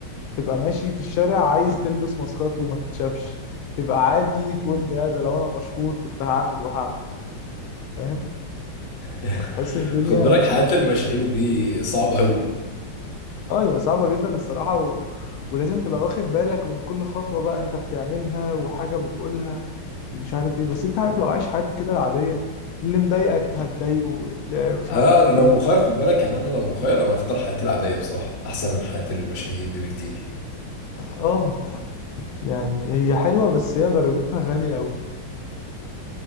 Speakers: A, on the left; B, on the left.
A: تبقى ماشي في الشارع عايز تلبس ماسكات وما تتشافش تبقى عادي تقول يا ده لو انا مشهور كنت هعمل وهعمل فاهم
B: <laughs>
A: فتحس الدنيا
B: خد بالك حياه المشاهير دي صعبه قوي
A: اه هي صعبة جدا الصراحة و... ولازم تبقى واخد بالك من كل خطوة بقى انت بتعملها وحاجة بتقولها ومش عارف ايه بس انت عارف لو عايش حياتك كده العادية اللي مضايقك هتضايقه اللي مش
B: انا
A: عارف
B: أنا لو
A: ايه
B: مخير خد بالك يعني انا لو مخير انا اختار حياتي العاديه بصراحه احسن من حياه المشاهير دي بكتير
A: اه يعني هي حلوة بس هي ضريبتها غالية اوي